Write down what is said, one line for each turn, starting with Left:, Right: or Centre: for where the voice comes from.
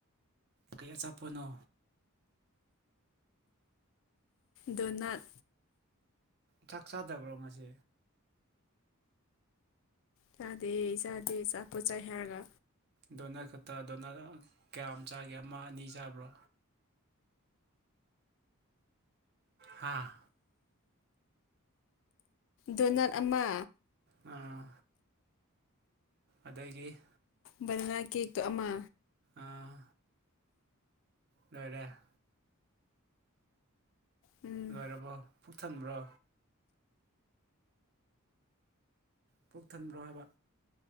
Right: ꯀꯩ ꯑꯆꯥꯄꯣꯠꯅꯣ
Left: ꯗꯣꯅꯠ
Right: ꯆꯥꯛ ꯆꯥꯗꯕ꯭ꯔꯣ ꯉꯁꯤ
Left: ꯆꯥꯗꯦ ꯆꯥꯗꯦ ꯆꯥꯄꯣꯠ ꯆꯥꯏ ꯍꯥꯏꯔꯒ
Right: ꯗꯣꯅꯠ ꯈꯛꯇꯥ ꯗꯣꯅꯔ ꯀꯌꯥꯝ ꯆꯥꯒꯦ ꯑꯃ ꯑꯅꯤ ꯆꯥꯕ꯭ꯔꯣ ꯍꯥꯥ
Left: ꯗꯣꯅꯠ ꯑꯃ
Right: ꯑꯥ ꯑꯗꯒꯤ
Left: ꯕꯅꯥꯅ ꯀꯦꯛꯇꯣ ꯑꯃ
Right: ꯑꯥ ꯂꯣꯏꯔꯦ
Left: ꯎꯝ
Right: ꯂꯣꯏꯔꯕꯣ ꯄꯨꯛ ꯊꯟꯕ꯭ꯔꯣ ꯄꯨꯛ ꯊꯟꯕ꯭ꯔꯣ ꯍꯥꯏꯕ